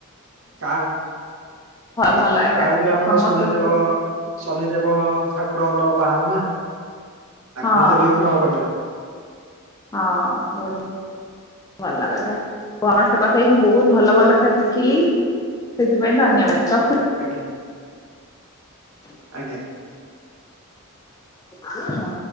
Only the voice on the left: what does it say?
ଭଲ ଏଇଟା
ସମସ୍ତଙ୍କୁ
ହଁ
ହଁ ଭଲ। ଭଲ କଥା। ତମ ସହ କଥା ହେଇ ମୁଁ ବହୁତ ଭଲ ଭଲ କଥା ଶିଖିଲି। ସେଥିପାଇଁ ଧନ୍ୟବାଦ ରଖୁ
ହ ହଁ।